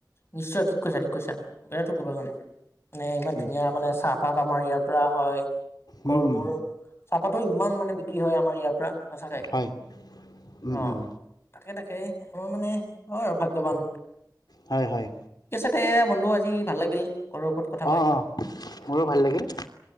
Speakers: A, on the left; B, on the left.
A: নিশ্চয় ঠিক কৈছা ঠিক কৈছা বেৰা থ গবাখন। মানে ইমান
B: উম
A: ধুনীয়া মানে চাহপাত আমাৰ ইয়াৰ পৰা হয়
B: উম
A: গহপোৰ
B: উম
A: চাহ, পাতো ইমান মানে বিক্ৰী হয় আমাৰ ইয়াৰ পৰা সচাকে
B: হয় উম
A: অ
B: উম
A: তাকে তাকে। মই মানে অ আৰু ভাগ্যৱান,
B: হয় হয়।
A: তাতে বন্ধু আজি ভাল লাগিল ঘৰৰ ওপৰত কথা কয়।
B: অঁ অঁ মোৰো ভাল লাগিল।